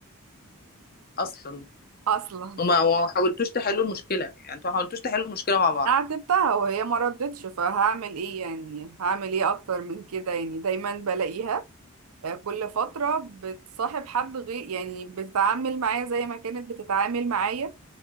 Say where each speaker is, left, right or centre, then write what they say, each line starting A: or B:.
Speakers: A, on the left; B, on the right.
A: اصلا
B: اصلا
A: وما وما حاولتوش تحلوا المشكله يعني انتوا ما حاولتوش تحلوا المشكله
B: <laughs>
A: مع بعض
B: انا عاتبتها وهي ما ردتش فهعمل ايه يعني هعمل ايه اكتر من كده يعني دايما بلاقيها آه، كل فتره بتصاحب حد غير يعني بتتعامل معايا زي ما كانت بتتعامل معايا